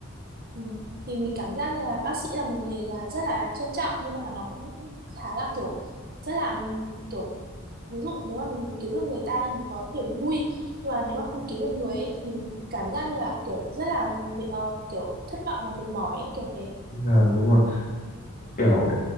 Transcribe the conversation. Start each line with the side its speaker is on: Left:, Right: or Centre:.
Right: Ừ. Thì mình cảm giác như là bác sĩ là một nghề là rất là trân trọng nhưng mà nó cũng khá là kiểu rất là kiểu ví dụ nếu mà mình cứu được người ta thì mình có thể vui nhưng mà nếu mà không cứu được người ấy, thì cảm giác như là kiểu rất là mệt- ờ, kiểu thất vọng và mệt mỏi ấy, kiểu thế
Left: Vâng, đúng rồi. Kiểu